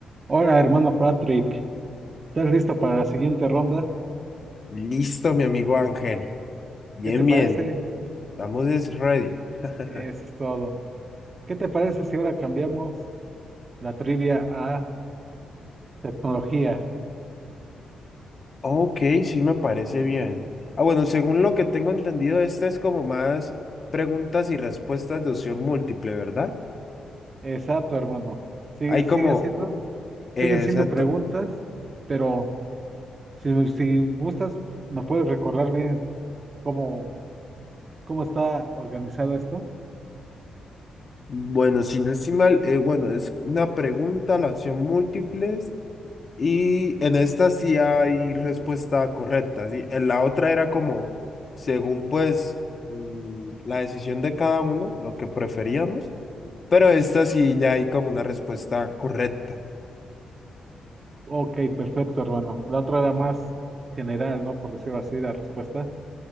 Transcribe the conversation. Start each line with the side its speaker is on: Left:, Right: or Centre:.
Right: Hola, hermano Patrick. ¿Estás listo para la siguiente ronda?
Left: Listo, mi amigo Ángel. Bien,
Right: ¿Qué te parece?
Left: bien. Vamos, es ready. <laughs>
Right: Eso es todo. ¿Qué te parece si ahora cambiamos la trivia a tecnología?
Left: Ok, sí me parece bien. Ah, bueno, según lo que tengo entendido, esta es como más preguntas y respuestas de opción múltiple, ¿verdad?
Right: Exacto, hermano. Sigue,
Left: Hay
Right: sigue
Left: como,
Right: haciendo,
Left: u- eh,
Right: siguen siendo
Left: exacto.
Right: preguntas, pero si, si gustas, ¿nos puedes recordar bien cómo, cómo está organizado esto?
Left: Bueno, si no estoy mal, eh, bueno, es una pregunta, la opción múltiples, y en esta sí hay respuesta correcta, ¿sí? En la otra era como, según pues mm, la decisión de cada uno, lo que preferíamos. Pero esta sí ya hay como una respuesta correcta.
Right: Ok, perfecto, hermano. La otra era más general, ¿no? Por decirlo así, la respuesta.